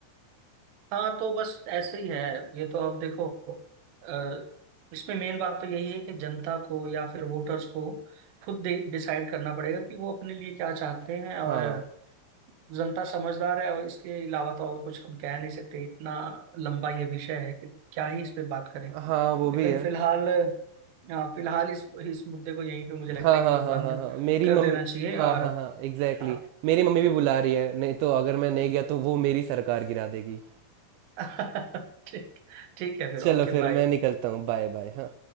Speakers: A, on the right (about 65°); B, on the right (about 80°).
A: हाँ तो बस ऐसे ही है ये तो अब देखो अ, इसमें मेन बात तो यही है कि जनता को या फिर वोटर्स को खुद डिसाइड करना पड़ेगा कि वो अपने लिए क्या चाहते हैं और
B: हाँ
A: जनता समझदार है और इसके अलावा तो और कुछ हम कह नहीं सकते इतना लंबा ये विषय है कि क्या ही इस पे बात करें लेकिन
B: हाँ वो भी है
A: फिलहाल अ, फिलहाल इस इस मुद्दे को यहीं पे मुझे लगता
B: हाँ
A: है कि
B: हाँ
A: हमें
B: हाँ
A: बंद
B: हाँ हाँ मेरी
A: कर
B: मम्मी
A: देना चाहिए
B: हाँ
A: और
B: हाँ हाँ एग्जैक्टली
A: हाँ
B: मेरी मम्मी भी बुला रही है नहीं तो अगर मैं नहीं गया तो वो मेरी सरकार गिरा देगी
A: <laughs> ठीक ठीक है फिर
B: चलो
A: Okay
B: फिर
A: bye
B: मैं निकलता हूँ बाय बाय हाँ